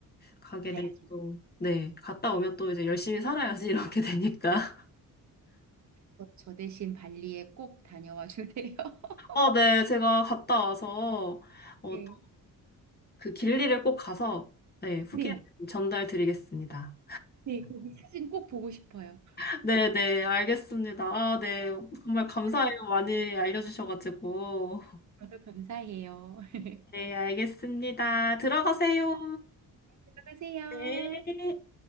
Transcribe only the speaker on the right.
가야죠.
저, 어, 저 대신 발리에 꼭 다녀와 주세요. <laughs>
네.
네,
네, 거기 사진 꼭 보고 싶어요.
아유,
저도 감사해요. <laughs>
들어가세요.